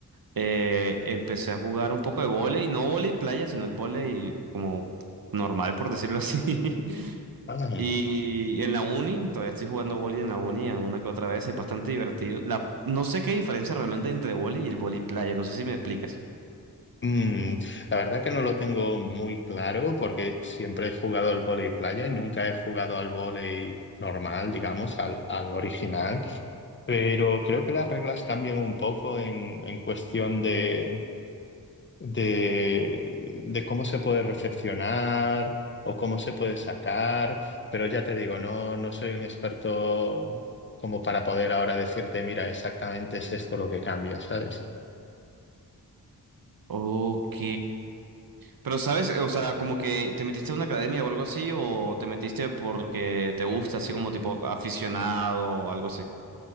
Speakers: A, on the right; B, on the left.
A: eh, empecé a jugar un poco de vóley, no vóley playa, sino el vóley como normal, por decirlo así. <laughs>
B: Ah.
A: Y en la uni, todavía estoy jugando vóley en la uni, alguna que otra vez, es bastante divertido. La, no sé qué diferencia realmente hay entre vóley y el vóley playa, no sé si me explicas.
B: Mm, la verdad que no lo tengo muy claro porque siempre he jugado al vóley playa y nunca he jugado al vóley normal, digamos, al, al original. Pero creo que las reglas cambian un poco en, en cuestión de, de, de cómo se puede recepcionar o cómo se puede sacar. Pero ya te digo, no, no soy un experto como para poder ahora decirte, mira, exactamente es esto lo que cambia, ¿sabes?
A: Ok, pero sabes, o sea, como que te metiste a una academia o algo así, o te metiste porque te gusta, así como tipo aficionado o algo así.